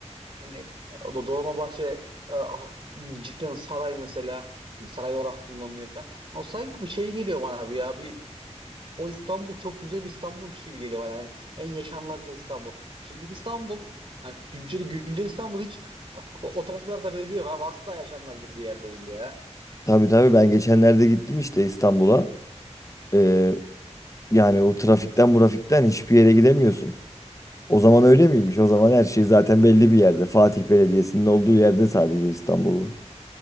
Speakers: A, on the right; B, on the left.
A: Hani o da Dolmabahçe e, ah, cidden saray mesela Hani saray olarak kullanılıyor falan. O sanki bir şey geliyor bana abi ya bir o İstanbul çok güzel bir İstanbul'muş gibi geliyor bana. Yani en yaşanılabilir İstanbul. Şimdiki İstanbul hani güncel, güncel İstanbul hiç o, o taraflarda benziyor abi asla yaşanılabilir bir yer değil ya.
B: Tabii tabii ben geçenlerde gittim işte İstanbul'a. Ee, yani o trafikten murafikten hiçbir yere gidemiyorsun. O zaman öyle miymiş? O zaman her şey zaten belli bir yerde. Fatih Belediyesi'nin olduğu yerde sadece İstanbul var.